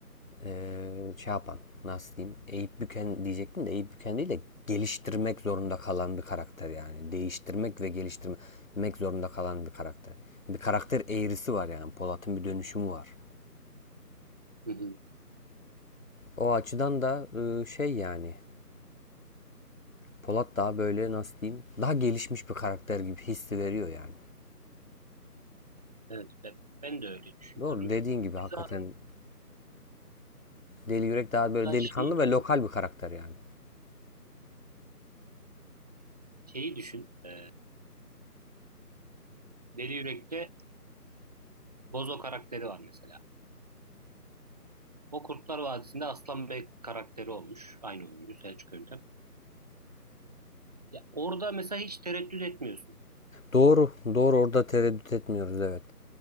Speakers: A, on the left (about 55°); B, on the right (about 25°).
A: eee, şey yapan nasıl diyeyim eğip büken diyecektim de eğip büken değil de geliştirmek zorunda kalan bir karakter yani. Değiştirmek ve geliştirmek zorunda kalan bir karakter. Bir karakter eğrisi var yani. Polat'ın bir dönüşümü var.
B: Hı hı.
A: O açıdan da eee, şey yani Polat daha böyle nasıl diyeyim daha gelişmiş bir karakter gibi hissi veriyor yani.
B: Evet ben, ben de öyle düşünüyorum.
A: Doğru dediğin gibi
B: Keza
A: hakikaten Deli Yürek daha böyle
B: da
A: delikanlı
B: şeyi,
A: ve lokal bir karakter yani.
B: şeyi düşün. e, Deli Yürek'te Bozo karakteri var mesela. O Kurtlar Vadisi'nde Aslan Bey karakteri olmuş. Aynı oyuncu Selçuk Yöntem. Ya orada mesela hiç tereddüt etmiyorsun.
A: Doğru doğru orada tereddüt etmiyoruz evet.